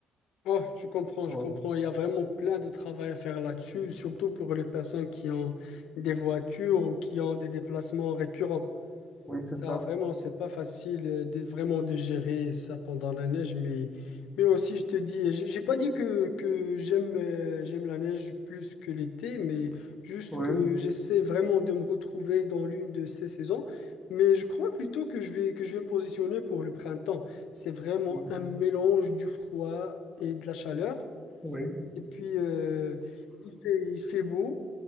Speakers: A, on the left; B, in the centre.
A: Oh, je comprends,
B: Ouais.
A: je comprends. Il y a vraiment plein de travail à faire là-dessus, surtout pour les personnes qui ont des voitures ou qui ont des déplacements récurrents.
B: Oui, c'est
A: Ça,
B: ça.
A: vraiment, c'est pas facile euh, de, vraiment de gérer ça pendant la neige, mais, mais aussi, je te dis, j'ai j'ai pas dit que, que j'aime euh, j'aime la neige plus que l'été, mais juste
B: Oui,
A: que j'essaie vraiment de me retrouver dans l'une de ces saisons. Mais je crois plutôt que je vais, que je vais me positionner pour le printemps. C'est vraiment
B: oui,
A: un mélange du froid et de la chaleur.
B: oui,
A: Et puis, euh, il fait, il fait beau